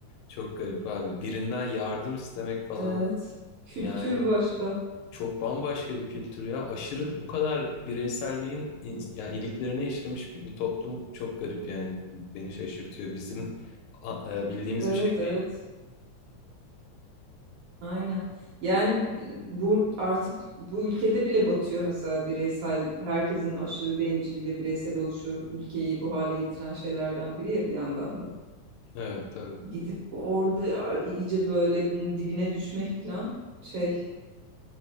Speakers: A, on the left; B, on the right.
A: Çok garip abi. Birinden yardım istemek falan
B: Evet. Kültür
A: yani
B: başka.
A: Çok bambaşka bir kültür ya. Aşırı bu kadar bireyselliğin ins- yani iliklerine işlemiş bir bir toplum çok garip yani beni şaşırtıyor. Bizim a- e, bildiğimiz
B: Evet,
A: bir şey
B: evet.
A: değil.
B: Aynen. Yani e, bu artık bu ülkede bile batıyor mesela bireysel herkesin aşırı bencil ve bireysel oluşu ülkeyi bu hale getiren şeylerden biri ya bir yandan da.
A: Evet tabii.
B: gidip orada iyice böyle bunun dibine düşmek falan şey.